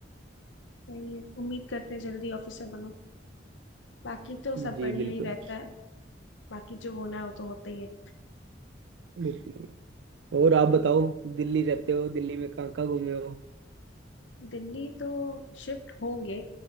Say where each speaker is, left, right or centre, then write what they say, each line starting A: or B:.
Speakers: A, on the left (about 75°); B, on the right (about 70°).
A: सही है उम्मीद करते हैं जल्दी ऑफिसर बनो बाकी तो सब
B: जी
A: बढ़िया
B: बिल्कुल
A: ही रहता है बाकी जो होना है वो तो होता ही है
B: बिल्कुल और आप बताओ दिल्ली रहते हो दिल्ली में कहाँ कहाँ घूमे हो
A: दिल्ली तो शिफ्ट होंगे